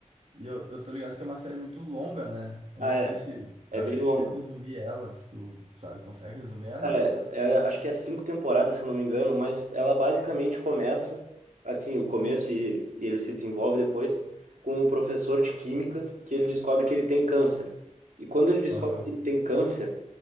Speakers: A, on the right (about 55°); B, on the right (about 75°).
A: E eu, eu tô ligado que é uma série muito longa, né? Eu
B: Ah,
A: não
B: é.
A: sei se...
B: É
A: Eu
B: bem
A: acho que é
B: longa.
A: difícil resumir ela, se tu, sabe, consegue resumir ela?
B: Cara, é- acho que é cinco temporadas, se eu não me engano, mas ela basicamente começa, assim, o começo e, e ele se desenvolve depois, com um professor de química que ele descobre que ele tem câncer. E quando ele descobre
A: Aham.
B: que ele tem câncer,